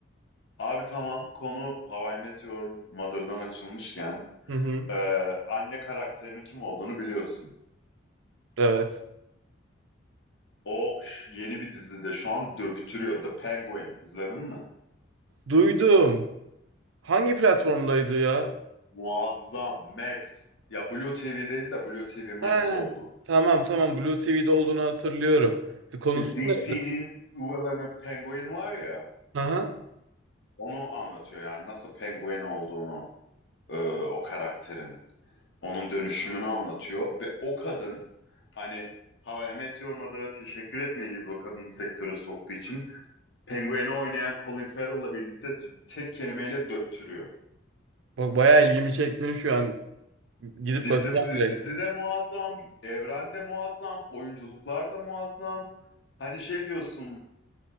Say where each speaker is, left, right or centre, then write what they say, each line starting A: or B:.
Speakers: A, on the left; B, on the right.
A: Abi tamam konu How I Met Your Mother'dan açılmışken
B: Hı hı.
A: e, anne karakterinin kim olduğunu biliyorsun.
B: Evet.
A: O şu- yeni bir dizide şu an döktürüyor. The Penguin. İzledin mi?
B: Duydum. Hangi platformdaydı ya?
A: Muazzam. Max. Ya Blue TV'deydi de Blue TV Max
B: He.
A: oldu.
B: Tamam tamam Blue TV'de olduğunu hatırlıyorum. Konusu
A: DC'nin
B: ne?
A: Will'ını Penguin var ya
B: Aha.
A: onu anlatıyor yani nasıl Penguin olduğunu e, o karakterin. Onun dönüşümünü anlatıyor ve o kadın hani How I Met Your Mother'a teşekkür etmeliyiz o kadını sektöre soktuğu için. Penguin'i oynayan Colin Farrell'la birlikte tek kelimeyle döktürüyor.
B: Bak bayağı ilgimi çektin şu an. Gidip
A: Dizi,
B: bakacağım direkt.
A: dizi de muazzam, evrende muazzam, oyunculuklar da muazzam. Hani şey diyorsun,